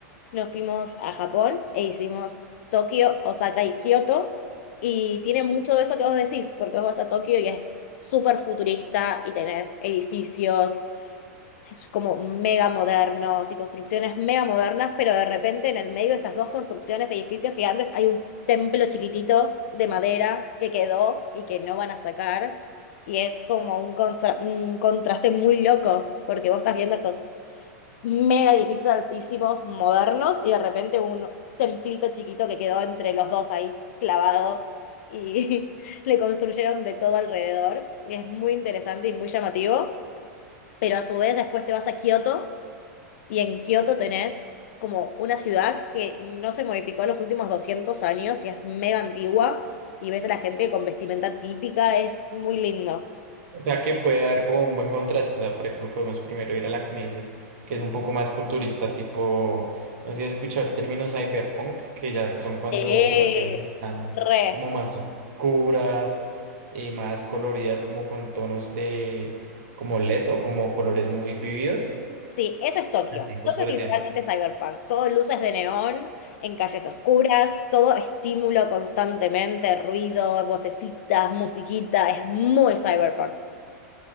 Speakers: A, on the left; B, on the right.
A: Nos fuimos a Japón e hicimos Tokio, Osaka y Kioto. Y tiene mucho de eso que vos decís, porque vos vas a Tokio y es súper futurista y tenés edificios es como mega modernos y construcciones mega modernas, pero de repente en el medio de estas dos construcciones, edificios gigantes, hay un templo chiquitito de madera que quedó y que no van a sacar. Y es como un, contra- un contraste muy loco, porque vos estás viendo estos mega edificios altísimos, modernos, y de repente un templito chiquito que quedó entre los dos ahí clavado y <laughs> le construyeron de todo alrededor. Y es muy interesante y muy llamativo, pero a su vez después te vas a Kioto y en Kioto tenés como una ciudad que no se modificó en los últimos 200 años y es mega antigua y ves a la gente con vestimenta típica, es muy lindo.
B: O sea que puede haber como un buen contraste. O sea, por ejemplo, podemos primero ir a la que me dices que es un poco más futurista, tipo, no sé si he escuchado el término cyberpunk, que ya son cuando
A: Sí,
B: las ciudades están
A: re.
B: como más oscuras y más coloridas, como con tonos de como LED o como colores muy vividos,
A: Sí, eso es Tokio.
B: así fosforescentes.
A: Tokio es literalmente cyberpunk. Todo luces de neón, en calles oscuras, todo estímulo constantemente, ruido, vocecitas, musiquita. Es muy cyberpunk.